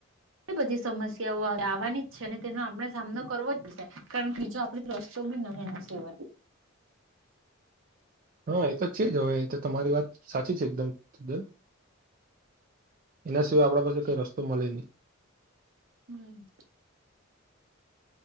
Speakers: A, on the right; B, on the right.
A: એ બધી સમસ્યાઓ આવવાની જ છે અને તેનો આપણે સામનો કરવો જ પડશે કારણ કે બીજો આપડ પ્રશ્તો બી નથી એના સિવાય
B: હા એ તો છે જ હવે તો તમારી વાત સાચી છે. એક તદ્દન એના સિવાય આપડા પાસે કઈ રસ્તો મલે ની
A: હમ.